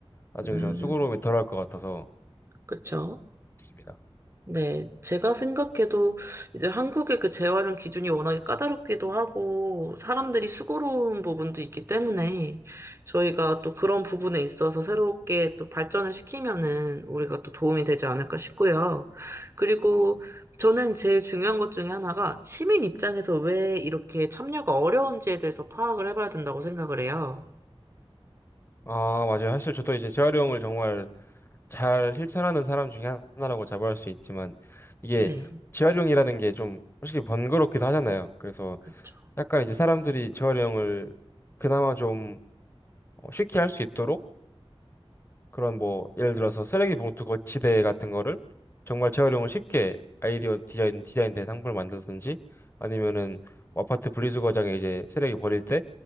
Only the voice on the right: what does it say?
음,
그쵸.
네, 제가 생각해도 이제 한국의 그 재활용 기준이 워낙에 까다롭기도 하고 사람들이 수고로운 부분도 있기 때문에 저희가 또 그런 부분에 있어서 새롭게 또 발전을 시키면은 우리가 또 도움이 되지 않을까 싶고요. 그리고 저는 제일 중요한 것 중에 하나가 시민 입장에서 왜 이렇게 참여가 어려운지에 대해서 파악을 해봐야 된다고 생각을 해요.
네,
그렇죠.